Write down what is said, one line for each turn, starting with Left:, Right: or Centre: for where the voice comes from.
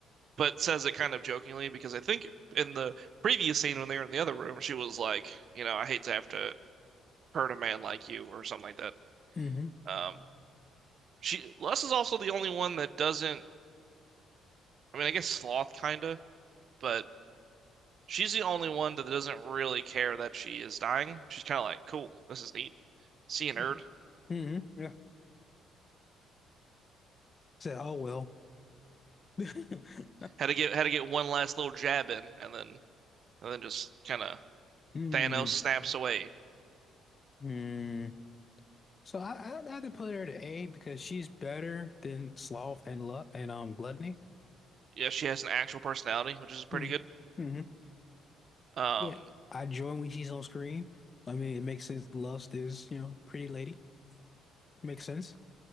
Right: but says it kind of jokingly because I think in the previous scene when they were in the other room, she was like, you know, I hate to have to hurt a man like you or something like that.
Left: hmm
Right: Um, she Les is also the only one that doesn't. I mean, I guess sloth kinda, but She's the only one that doesn't really care that she is dying. She's kind of like, cool, this is neat. See you, nerd.
Left: hmm hmm Yeah. Said, oh well. <laughs>
Right: Had to get had to get one last little jab in, and then and then just kind of
Left: Mm,
Right: Thanos snaps away.
Left: mm. So I, I I had to put her to A because she's better than Sloth and Lu and um Gluttony.
Right: Yeah, she has an actual personality, which is pretty
Left: Mm-hmm.
Right: good.
Left: mm-hmm.
Right: Um,
Left: Yeah, I join when she's on screen. I mean, it makes sense. Lust is, you know, pretty lady. Makes sense.